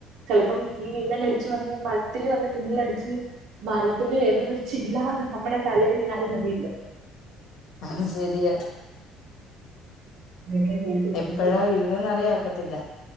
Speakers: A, on the right; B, on the left.
A: ചിലപ്പം ഈ മിന്നല അടിച്ച്ു വന്ന് മരത്തില്ൽ വന്ന് മിന്നലടിച്ച് മരത്തിന്റെ ഏതെലൊരു ഒരു ചില്ല അത് നമ്മുടെ തലയിൽവീണാലും മതിയല്ലോ.
B: അത് ശരിയ.
A: അതൊക്കെ കേൾക്കുന്നുണ്ട്
B: എപ്പോഴാ വീഴുക എന്നറിയാഒക്കത്തില്ല.